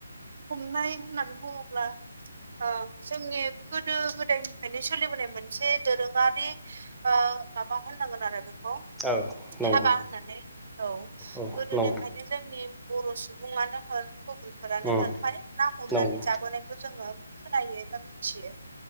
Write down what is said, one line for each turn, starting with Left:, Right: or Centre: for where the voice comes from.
Right: हमनाय होननानै बुङोब्ला ओ जोंनि गोदो गोदायनिफ्रायनो सोलिबोनाय मोनसे दोरोङारि ओ माबा होननांगोन आरो बेखौ
Centre: औ नंगौ
Right: हाबा होननानै औ
Centre: औ
Right: गोदोनिफ्रायनो
Centre: नंगौ
Right: जोंनि बर' सुबुङानो होन फोरानो
Centre: उम
Right: होन माने ना हमनानै
Centre: नंगौ
Right: जाबोनायखौ जोङो खोनायो एबा मिथियो